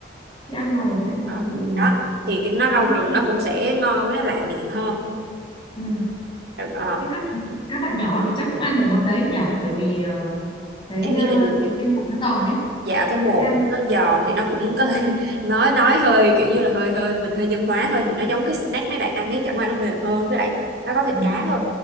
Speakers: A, on the left; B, on the right.
A: Chị ăn rồi thì ăn rồi
B: Ờ,
A: chị
B: đó
A: à,
B: thì cái nó
A: thấy
B: rau
A: ok.
B: rừng nó cũng sẽ ngon với nó lạ miệng hơn
A: Ừ.
B: ờ,
A: Thế các bạn, các bạn nhỏ thì chắc cũng ăn được món đấy nhở bởi vì ờ, cái
B: em nghĩ là
A: ờ,
B: được
A: cái cái bột nó giòn đấy.
B: dạ cái
A: dễ
B: bột
A: ăn
B: nó giòn thì nó cũng có <laughs> nói nói hơi kiểu như là hơi hơi mình hơi nhân hóa thôi thì nó giống cái snack mấy bạn ăn ấy chẳng qua nó mềm hơn với lại nó có thịt
A: Ừ,
B: cá
A: đúng không
B: thôi